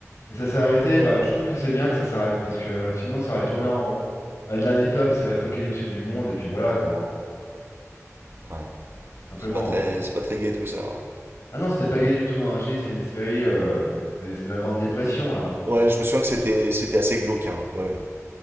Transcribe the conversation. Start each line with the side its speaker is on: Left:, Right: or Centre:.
Left: Mais ça s'est arrêté, bah,
Right: Ah
Left: je
Right: ouais,
Left: trouve que c'est bien que ça s'arrête, parce que euh, sinon ça aurait tourné en rond. Bah, le dernier tome, c'est l'apocalypse du monde, et puis voilà quoi. hein.
Right: ouais.
Left: Simplement.
Right: C'est pas très,
Left: hein.
Right: c'est pas très gai tout ça.
Left: Ah non, c'était pas gay du tout, hein. J'ai dit, C'est une série, euh, c'est c'est la Grande Dépression là. hein.
Right: Ouais, Ouais, je me souviens que c'était, c'était assez glauque. hein. Ouais, ouais.